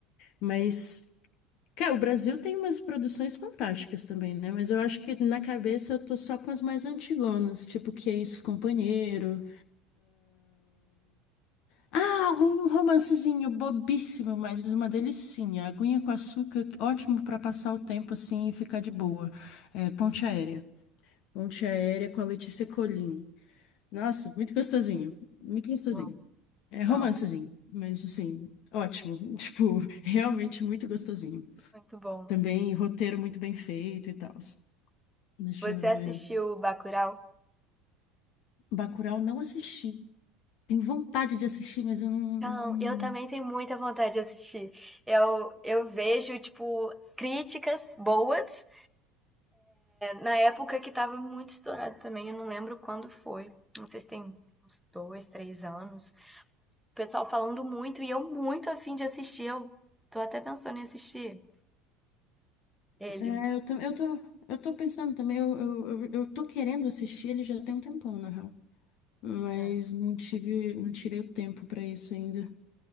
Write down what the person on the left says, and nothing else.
mas, cara, o Brasil tem umas produções fantásticas também, né? Mas eu acho que na cabeça eu tô só com as mais antigonas, tipo Que É Isso, Companheiro, Ah, um romancezinho bobíssimo, mas uma delicinha. Aguinha com açúcar, ótimo pra passar o tempo assim e ficar de boa. É, Ponte Aérea. Ponte Aérea com a Letícia Colin. Nossa, muito gostosinho. Muito gostosinho.
É romancezinho,
mas assim, ótimo. <laughs> Tipo, realmente muito gostosinho.
Também roteiro muito bem feito e tal. Deixa
eu
ver.
Bacurau não assisti. Tenho vontade de assistir, mas eu não,
não.
É, eu tô, eu tô, eu tô pensando também, eu, eu, eu eu tô querendo assistir ele já tem um tempão, na real. Mas
não tive, não tirei o tempo pra isso ainda.